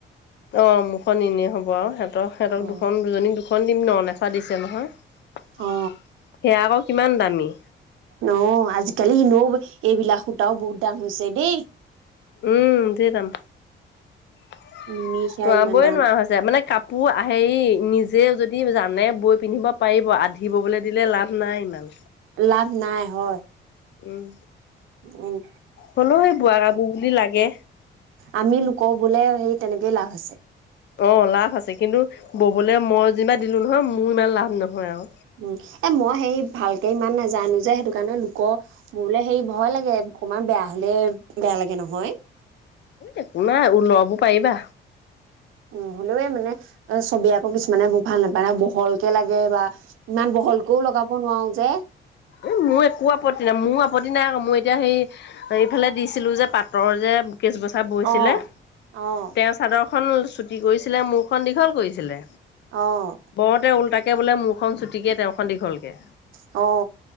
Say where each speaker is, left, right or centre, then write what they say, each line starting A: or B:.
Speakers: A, on the left (about 60°); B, on the right (about 85°).
A: অ মুখ এনেই হ'ব আৰু সা ত সহঁত
B: উম
A: দুজনী দিম ন দিছে নহয় সেয়া
B: অ
A: আকৌ কিমান নামি
B: অ আজিকালি এনেও এইবিলাক সূতাও বহুত দাম হৈছে দেই
A: উম যিদাম তোৱাবই
B: নুনী সেয়া ইমান দাম
A: নোৱাৰা হৈছে মানে কাপ কাপোৰ হেৰি নিজে যদি জানে বৈ পিন্ধিব পাৰিব আধিবলৈ দিলে লাভ নাই ইমান
B: লাভ নাই হয়
A: উম
B: উ
A: হ'লও সেই বোৱা কাপোৰ বুলি লাগে
B: আমি লোক বোলে হেই তেনেকেই লাভ আছে
A: অ লাভ আছে কিন্তু ববলৈ মই যিমান দিলো নহয় মোৰ ইমান লাভ নহয় আৰু
B: উ এ মই হে ভালকে ইমান নাজানো যে সেইটো কাৰণে লোকোৰ বোলে হে ভয় লাগে অকমমান বেয়া হলে বেয়া লাগে নহয়
A: একো নাই ও লব পাৰিবা
B: উ হ'লেওৱ মানে চবি আকৌ কিছুমানে ভাল নাপায় বহলকে লাগে বা ইমান বহলকেও লগাব নোৱাৰো যে
A: এ মোৰ একো আপত্তি নাই মোৰ আপত্তি নাই আকৌ মই এতিয়া সেইফালে দিছিলো যে পাটৰ যে কেছ বছা হৈছিলে
B: অ', অ',
A: তেওঁ ছাদৰ খন চুটি কৰিছিলে মোৰখন দীঘল কৰিছিলে
B: অ',
A: বৰতে ওলটাকে তাকে বোলে মুৰখন চুটিকৈ তেওঁৰখন দীঘলকৈ
B: অ